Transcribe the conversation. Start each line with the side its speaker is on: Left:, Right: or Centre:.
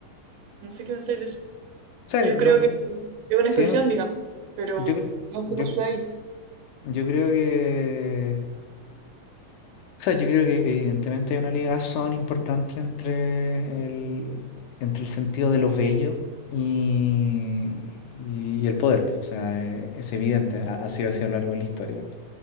Right: No sé qué pensáis de eso.
Left: O sea,
Right: Yo
Left: no,
Right: creo que es una
Left: sí,
Right: expresión,
Left: no,
Right: digamos, pero
Left: yo, cre-
Right: no sé
Left: yo,
Right: cómo sucede
Left: cre-
Right: ahí.
Left: yo creo que O sea, yo creo que evidentemente hay una ligazón importante entre el, entre el sentido de lo bello y, y- y el poder. pues, O sea, eh, es evidente, ha, ha sido así a lo largo de la historia.